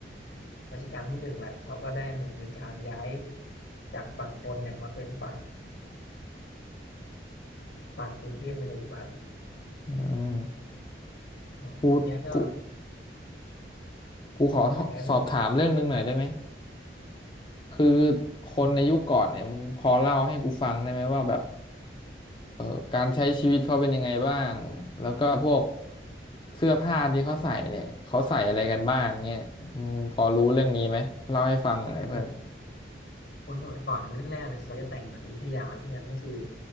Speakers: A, on the left; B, on the left.
A: รัชกาลที่หนึ่งแหละ เขาก็ได้มีการย้ายจากฝั่งทนเนี่ยมาเป็นฝั่งฝั่งกรุงเทพในปัจจุบัน
B: อืม
A: อ๋อเนี้ยก็
B: กูกูกูขอสอบถามเรื่องหนึงหน่อยได้ไหม
A: เป็นไงเพื่อน
B: คือคนในยุคก่อนเนี่ยมึงพอเล่าให้กูฟังได้ไหมว่าแบบ
A: อืม
B: เออการใช้ชีวิตเขาเป็นยังไงบ้างแล้วก็พวกเสื้อผ้าที่เขาใส่เนี่ยเขาใส่อะไรกันบ้างเนี่ยอืมพอรู้เรื่องนี้ไหมเล่าให้ฟังหน่อยเพื่อน
A: ก็เพื่อนคนสมัยก่อนแรกๆเลยเขาจะแต่งเหมือนอยุธยาเลยเนี่ยก็คือ